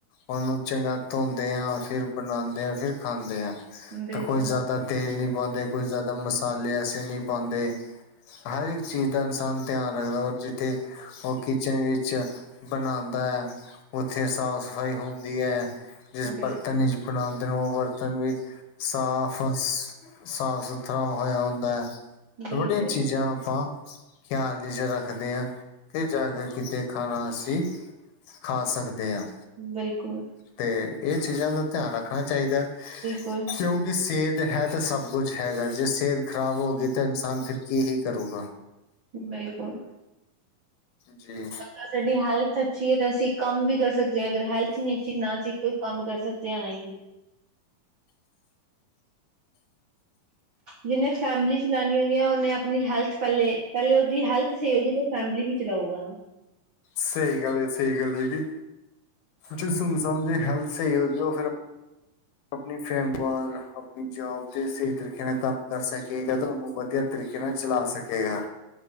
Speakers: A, on the left (about 85°); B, on the right (about 65°).
A: ਉਹਨੂੰ ਚੰਗਾ ਧੋਂਦੇ ਆ, ਫਿਰ ਬਣਾਉਂਦੇ ਆਂ, ਫਿਰ ਖਾਂਦੇ ਆਂ।
B: ਬਿਲਕੁਲ
A: ਤਾਂ ਕੋਈ ਜ਼ਿਆਦਾ ਤੇਲ ਨਹੀਂ ਪਾਉਂਦੇ, ਕੋਈ ਜ਼ਿਆਦਾ ਮਸਾਲੇ ਐਸੇ ਨਹੀਂ ਪਾਉਂਦੇ। ਹਰ ਇੱਕ ਚੀਜ਼ ਦਾ ਇਨਸਾਨ ਧਿਆਂਨ ਰੱਖਦਾ ਔਰ ਜਿੱਥੇ ਉਹ ਕਿਚੱਨ ਵਿੱਚ ਬਣਾਉਂਦਾ ਹੈ। ਉੱਥੇ ਸਾਫ਼- ਸਫ਼ਾਈ ਹੁੰਦੀ ਹੈ। ਜਿਸ
B: ਬਿਲਕੁਲ
A: ਬਰੱਤਨ ਵਿਚ ਬਣਾਉਦੇ ਨੇ ਉਹ ਬਰੱਤਨ ਵੀ ਸਾਫ ਸਾਫ- ਸੁਥਰਾ ਹੋਇਆ ਹੁੰਦਾ ਹੈ।
B: ਬਿਲਕੁਲ
A: ਬੜੀਆਂ ਚੀਜ਼ਾਂ ਆਪਾਂ ਖਿਆਲ ਚੱ ਰੱਖਦੇ ਹਾਂ, ਤੇ ਜਾ ਕੇ ਕਿਤੇ ਖਾਣਾ ਅਸੀਂ। ਖਾ ਸਕਦੇ ਹਾਂ।
B: ਬਿਲਕੁੱਲ
A: ਤੇ ਇਹ ਚੀਜ਼ਾਂ ਦਾ ਧਿਆਂਨ ਰੱਖਣਾਂ ਚਾਹੀਦਾ ਹੈ।
B: ਫੁਲ
A: ਕਿਉਂਕਿ ਸਿਹਤ ਹੈ ਤਾਂ ਸੱਭ ਕੁੱਝ ਹੈਗਾ। ਜੇ ਸਿਹਤ ਖ਼ਰਾਬ ਹੋ ਗਈ ਤਾਂ ਇਨਸਾਨ ਫਿਰ ਕੀ ਹੀ ਕਰੇਗਾ।
B: ਬਿਲਕੁੱਲ
A: ਜੀ।
B: ਐ ਸਾਡੀ ਹੈਲਥ ਅੱਛੀ ਹੈ ਤਾਂ ਅਸੀਂ ਕੰਮ ਵੀ ਕਰ ਸਕਦੇ ਹਾਂ ਅਗਰ ਹੈਲਥ ਨਹੀਂ ਅੱਛੀ ਨਾ ਅਸੀਂ ਕੋਈ ਕੰਮ ਕਰ ਸਕਦੇ ਹਾਂ ਨਾ ਹੀ। ਜਿਹਨੇ ਫੈਮਿਲੀ ਚਲਉਣੀ ਹੁੰਦੀ ਆ ਉਹਨੇ ਆਪਣੀ ਹੈਲਥ ਪਹਿਲੇ, ਪਹਿਲੇ ਉਹਦੀ ਹੈਲਥ ਸਹੀ ਹੋਊਗੀ ਤੇ ਉਹ ਫੈਮਿਲੀ ਵੀ ਚਲਾਊਗਾ ਨਾ।
A: ਸਹੀ ਗੱਲ ਹੈ, ਸਹੀ ਗੱਲ ਹੈਗੀ। ਜਿਸ ਇਨਸਾਨ ਦੀ ਹੈਲਥ ਸਹੀ ਹੋ ਗਈ ਉਹ ਫਿਰ ਆਪਣੀ ਫੇਮ ਵਾਰ ਆਪਣੀ ਜੋਬ ਤੇ ਸਹੀ ਤਰੀਕੇ ਨਾਲ ਕੰਮ ਕਰ ਸਕੇਗਾ ਤੁਹਾਨੂੰ ਵਧੀਆ ਤਰੀਕੇ ਨਾਲ ਚਲਾ ਸਕੇਗਾ।